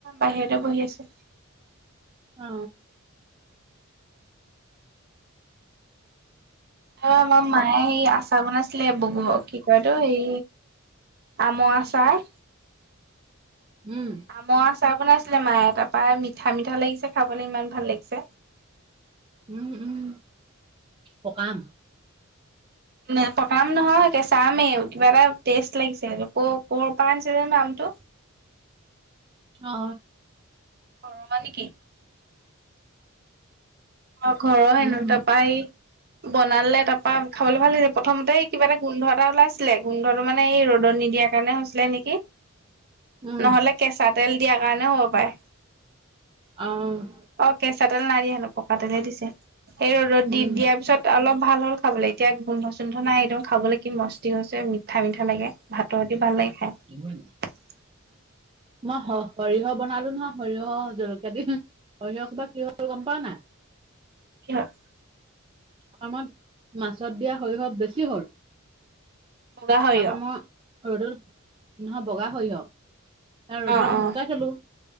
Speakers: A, on the right (about 50°); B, on the right (about 25°).
A: বাহিৰতে বহি আছে।
B: অ।
A: অ, আমাৰ মায়ে হেই আচাৰ বনাইছিলে বগ কি কয় এইটো হেই আমৰ আচাৰ।
B: উম,
A: আমৰ আচাৰ বনাইছিলে মায়ে তাপা মিঠা - মিঠা লাগিছে খাবলৈ ইমান ভাল লাগিছে।
B: উম - উম পকা আম।
A: নে পকা আম নহয় কেঁচা আমেই। কিবা এটা টেষ্ট লাগিছে হেটো। ক'ৰ, ক'ৰ পৰা আনিছে জানো আমটো?
B: অ।
A: অ মানে কি? অ, ঘৰৰ হেনো
B: উম,
A: তাপা এই বনালে তাৰ পা খাবলে ভাল লাগিছে প্ৰথমতে কিবা এটা গোন্ধ এটা ওলাইছিলে গোন্ধটো মানে এই ৰ'দত নিদিয়াৰ কাৰণে হৈছিলে নেকি
B: উম,
A: নহলে কেঁচা তেল দিয়াৰ কাৰণে হ'ব পাৰে
B: অ',
A: অ, কেঁচা তেল নাই দিয়া হেনো। পকা তেলে দিছে সেই ৰ'দত দি
B: উম,
A: দিয়া। পিছত অলপ ভাল হল খাবলে এতিয়া গোন্ধ চোন্ধ নাই একদম খাবলে কি মস্তি হৈছে মি মিঠা- মিঠা লাগে ভাতৰ সতি ভাল লাগে খাই।
B: কিমান
A: <inaudible>
B: মই স সৰিয়হ বনালো নহয় সৰিয়হ জলকীয়া দি সৰিয়হ সোপা কি হ'ল গম পাওঁ নাই?
A: কিহৰ
B: <unintelligible> মাছত দিয়া সৰিয়হ বেছি হ'ল
A: বগা সৰিয়হ
B: তাপা মই ৰ'দত নহয় বগা সৰিয়হ ৰ'দত
A: অ অ
B: শুকুৱাই থলো।